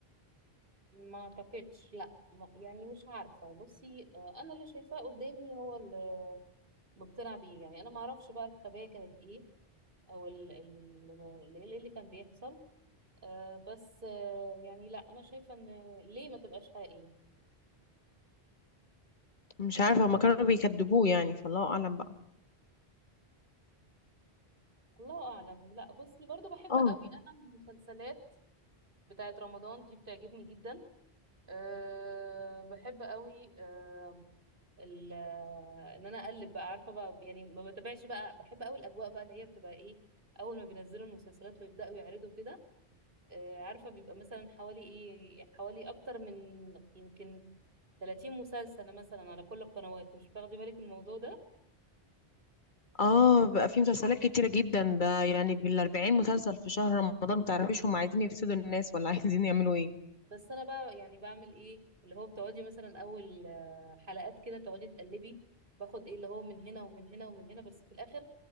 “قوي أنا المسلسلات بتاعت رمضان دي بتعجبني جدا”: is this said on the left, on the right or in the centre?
Right